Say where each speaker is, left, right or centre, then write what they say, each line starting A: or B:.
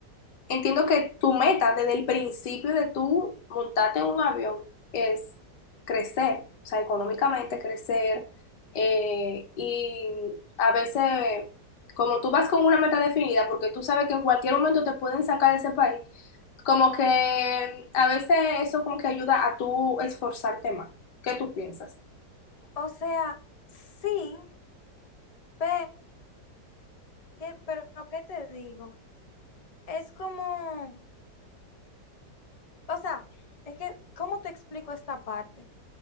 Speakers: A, on the left; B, on the left.
A: Entiendo que tu meta desde el principio de tú montarte en un avión es crecer, o sea, económicamente crecer. eh, y a veces, como tú vas con una meta definida, porque tú sabes que en cualquier momento te pueden sacar de ese país, como que a veces eso como que ayuda a tú esforzarte más. ¿Qué tú piensas?
B: O sea, sí, pero ¿qué, pero ¿qué te digo? Es como, o sea, es que, ¿cómo te explico esta parte?